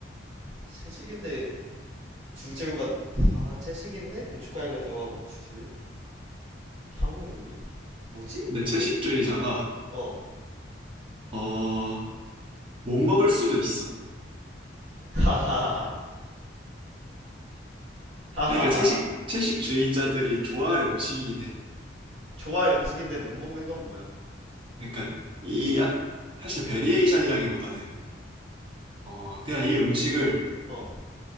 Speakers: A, on the right; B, on the right.
A: 채식인데 주재료가 아 채식인데 고춧가루가 들어가고 주재료? 한국 요리? 뭐지?
B: 근데 채식주의자가
A: 어
B: 어 못 먹을 수도 있어.
A: 하하하하 하하하하
B: 아니, 그러니까 채식 채식주의자들이 좋아할 음식이긴 해.
A: 좋아할 음식인데 못 먹는 건 뭐야?
B: 그러니까 이 약- 사실 베리에이션이라기보다는 어 그냥 이 음식을
A: 어 어 어어